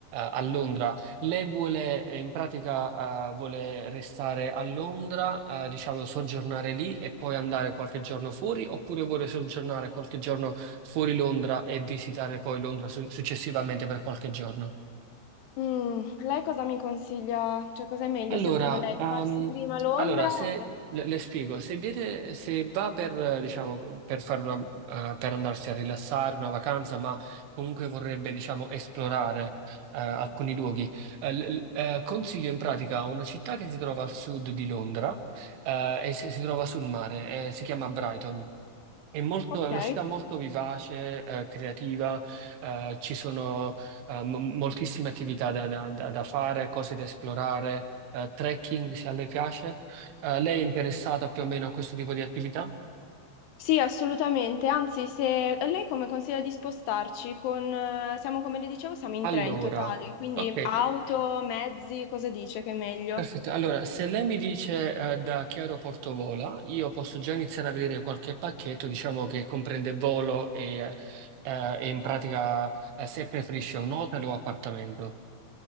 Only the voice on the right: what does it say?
a Londra. Lei vuole, eh, in pratica, eh, vuole restare a Londra, eh, diciamo, soggiornare lì e poi andare qualche giorno fuori, oppure vuole soggiornare qualche giorno fuori Londra e visitare poi Londra su- successivamente per qualche giorno?
Allora,
ehm,
allora,
se le, le spiego, se viene, se va per, eh, diciamo, per fare una, eh, per andarsi a rilassare, una vacanza, ma comunque vorrebbe, diciamo, esplorare, eh, alcuni luoghi, eh, l- l- eh, consiglio in pratica una città che si trova al sud di Londra, eh, e si, si trova sul mare, eh, si chiama Brighton. È molto-
è una città molto vivace, eh, creativa, eh, ci sono eh, mo- moltissime attività da, da- da- da fare, cose da esplorare, eh, trekking se a lei piace. Eh, lei è interessata più o meno a questo tipo di attività?
Allora,
ok,
perfetto. Allora, se lei mi dice eh, da che aeroporto vola, io posso già iniziare a vedere qualche pacchetto, diciamo che comprende volo e, eh, e in pratica eh, se preferisce un hotel o appartamento.